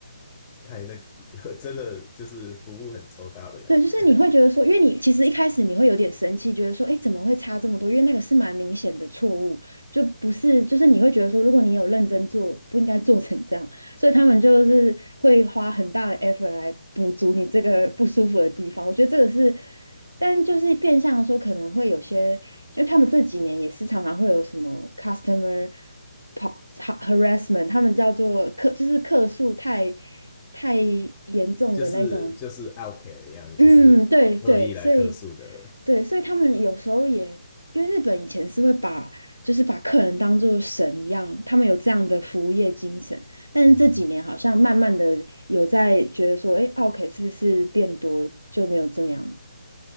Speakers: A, on the left; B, on the right.
A: 太那个，<laughs> 真的就是服务很周到的感觉，
B: 对，就是你会觉得说，因为你其实一开始你会有点生气，觉得说，哎，怎么会差这么多？因为那个是蛮明显的错误，就不是，就是你会觉得说，如果你有认真做，不应该做成这样。所以他们就是会花很大的 effort 来补足你这个不舒服的地方。我觉得这个是，但就是变相地说，可能会有些，就他们这几年也是常常会有什么 customer pa- ha- harassment，他们叫做客，就是客诉太太严重的那种。
A: <laughs> 就是就是 Outcast 一样，就是恶意来客诉的，
B: 嗯，对对，所以对，所以他们有时候也，因为日本以前是会把就是把客人当做神一样，他们有这样的服务业精神，但是这几年好像慢慢的有在觉得说，
A: 嗯，
B: 哎，OK 是不是变多就没有这么样？